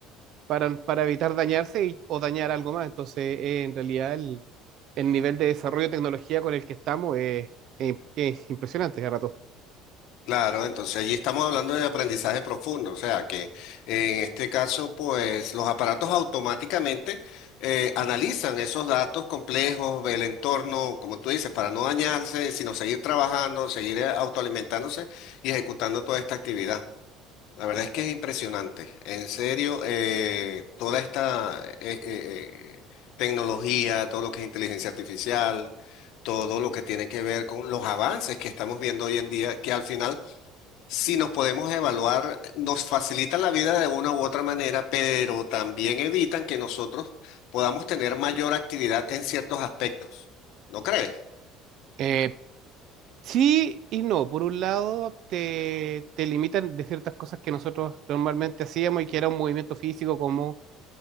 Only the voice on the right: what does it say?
para, para evitar dañarse y- o dañar algo más. Entonces, eh, en realidad, el, el nivel de desarrollo de tecnología con el que estamos es, es- es impresionante, a rato.
Eh, sí y no. Por un lado, te, te limitan de ciertas cosas que nosotros normalmente hacíamos y que era un movimiento físico, como